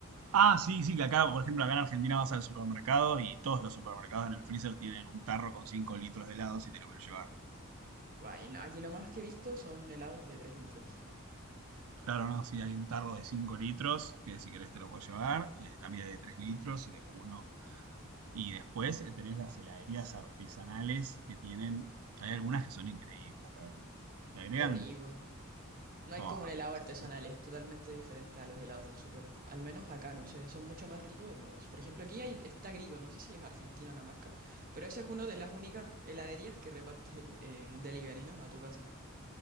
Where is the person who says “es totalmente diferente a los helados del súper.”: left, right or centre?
Right